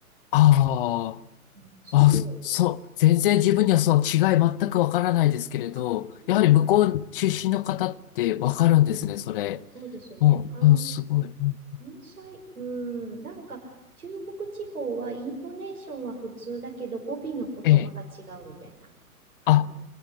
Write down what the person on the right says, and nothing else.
うんすごい。
あ、そうなん、
そうですね。
関、
関西、うん、なんか中国地方はイントネーションは普通だけど語尾の言葉が違うみたいな
感じ。